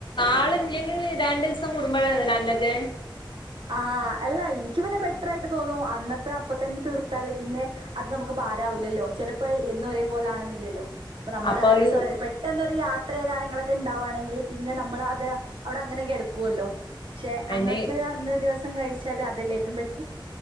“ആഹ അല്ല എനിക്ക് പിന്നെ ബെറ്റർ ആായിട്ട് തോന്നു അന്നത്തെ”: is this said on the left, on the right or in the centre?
Right